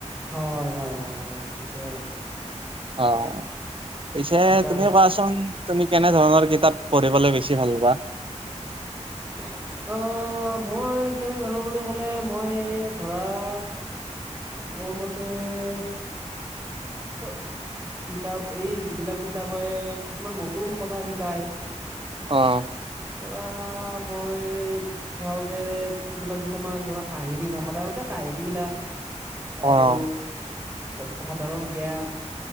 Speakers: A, on the right; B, on the right.
A: হয়, হয় হয় হয়, ঠিকে কৈছোঁ।
B: অ', পিছে
A: কিতাপ
B: তুমি কোৱাচোন - তুমি কেনে ধৰণৰ কিতাপ পঢ়িবলে বেছি ভাল পোৱা?
A: অ', মই কেনে ধৰণৰ বুলি ক'লে মই ধৰা - মোৰ মতে- অ'। কিতাপ, এই যিবিলাক কিতাপে কিছুমান নতুন কথা শিকায়।
B: অহ।
A: ধৰা মই- চাওঁ যে, কিবিলাক কিছুমান ধৰা, কাহিনী ধৰ। সাধাৰণতে কাহিনীবিলাক- আৰু
B: অ
A: সাধাৰণ জ্ঞান